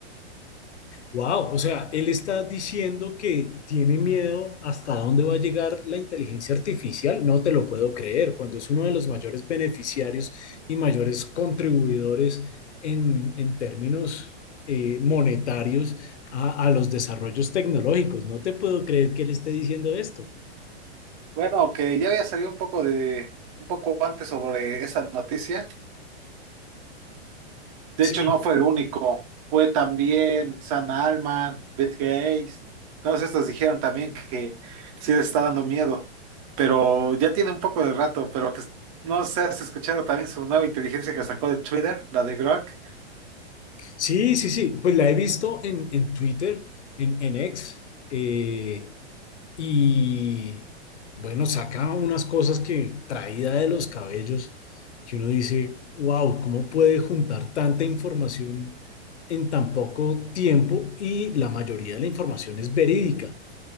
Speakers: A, on the left (about 85°); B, on the right (about 30°).
A: Wow, o sea, él está diciendo que tiene miedo hasta dónde va a llegar la inteligencia artificial. No te lo puedo creer, cuando es uno de los mayores beneficiarios y mayores contribuidores en, en términos eh, monetarios a, a los desarrollos tecnológicos. No te puedo creer que él esté diciendo esto.
B: Bueno, que ya había salido un poco de, un poco antes sobre esa noticia. De
A: Sí,
B: hecho, no fue el único. Fue también San Alman, Beth Gates. Todos estos dijeron también que sí les está dando miedo. Pero ya tiene un poco de rato, pero te- no sé, ¿has escuchado también su nueva inteligencia que sacó de Twitter, la de Grok?
A: Sí, sí, sí, pues la he visto en, en Twitter, en, en X, eh, y bueno, saca unas cosas que traída de los cabellos, que uno dice, wow, ¿cómo puede juntar tanta información en tan poco tiempo? Y la mayoría de la información es verídica.